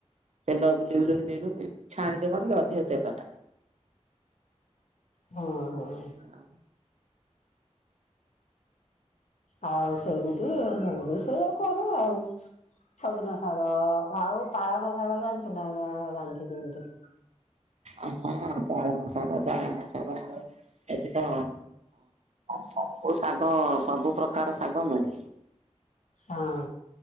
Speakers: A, on the right (about 65°); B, on the left (about 80°).
A: ତେଲ ବୁଲି ବୁଲିକି ଦେଇଦେବୁ। ଏମିତି ଛାଣିଲେ କଣ କି ଅଧିକ ତେଲ ଟାଣେ।
B: ହଁ ହଁ।
A: ହଁ।
B: ଆଉ ସେମିତି ମୁଁ ବି ସେଇଆ କରେ ଆଉ। ସଜନା ସାଗ ଆଉ ପାଳଙ୍ଗ ସାଗ ଜାଣିଛୁ ନା ରାଣିଛି ଯେମିତି।
A: ଆ ହଁ ଚାଳଙ୍ଗ ଶାଗ ଚାଳଙ୍ଗ ଶାଗ ହୁଏ। ଏଠି ତ ସବୁ ଶାଗ ସବୁ ପ୍ରକାର ଶାଗ ମିଳେ।
B: ହଁ